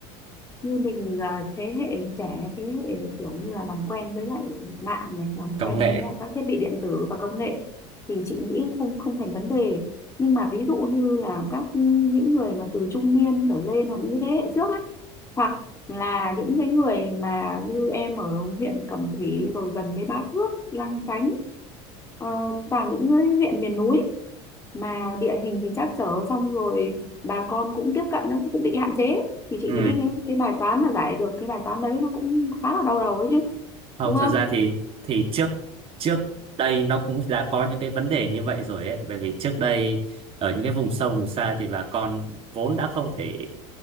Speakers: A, on the left; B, on the right.
A: như mình là thế hệ trẻ thế hệ kiểu như là làm quen với lại mạng này làm
B: công
A: quen
B: nghệ
A: với lại các thiết bị điện tử và công nghệ thì chị nghĩ không không thành vấn đề nhưng mà ví dụ như là các những người mà từ trung niên trở lên hoặc những thế hệ trước ấy, hoặc là những cái người mà như em ở huyện Cẩm Thủy rồi gần với Bá Thước Lang Chánh ờ, toàn những cái huyện miền núi mà địa hình thì trắc trở xong rồi bà con cũng tiếp cận nó cũng bị hạn chế thì chị
B: ừ.
A: nghĩ cái, cái bài toán mà giải được cái bài toán đấy nó cũng khá là đau đầu ấy chứ
B: không
A: đúng
B: thật
A: không
B: ra thì thì trước trước đây nó cũng đã có những cái vấn đề như vậy rồi ấy bởi vì trước đây ở những cái vùng sâu vùng xa thì bà con vốn đã không thể